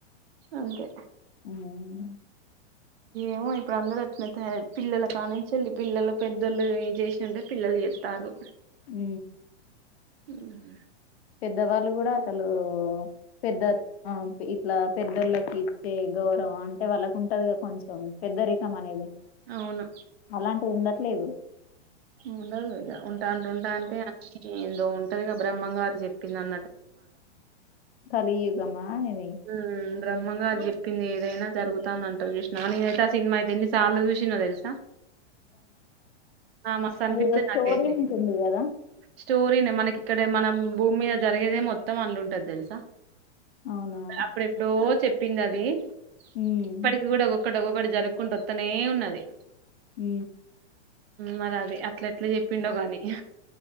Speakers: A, on the right (about 60°); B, on the left (about 65°).
A: అంతే
B: హ్మ్.
A: ఏమో ఇప్పుడు అందరూ అట్నే తయారారు పిల్లలు కానించి పిల్లలు పెద్దళ్లు చేసింటే పిల్ల లు చేతారు
B: ఊ
A: హుహ్
B: పెద్దవాళ్ళు కూడా అసలూ పెద్ద ఆ ఇట్లా పెద్దోళ్ళకి ఇచ్చే గౌరవం అంటే వాళ్ళకు ఉంటదిగా కొంచెం పెద్దరికం అనేది
A: అవును
B: అలాంటిది ఉండట్లేదు
A: ఉండదు ఇగ ఉంటాంటుంటా అంటే ఎందో ఉంటది బ్రహ్మంగారు చెప్పిన్న
B: కలియుగమా ఇది?
A: ఊ బ్రహ్మంగారు చెప్పింది ఏదైనా జగుతాందంటారు చూసినావా నేనైతే ఆ సినిమా ఎన్ని సార్లు చూసిన్నో తెల్సా మస్తు అనిపిత్తది
B: అదేదో స్టోరీ
A: నాకైతే
B: ఉంటుంది కదా
A: స్టోరీనే మనకిక్కడ మనం భూమి మీద జరిగేదే మొత్తం అంలుంటది తెల్సా
B: అవ్నా
A: అప్పుడెప్పుడో చెప్పిందది
B: హ్మ్.
A: ఇప్పటికి కూడా ఒక్కటికొక్కటి జరుకుంటోత్తనే ఉన్నది
B: ఊ
A: మరది అట్లేట్లా చెప్పిండో గాని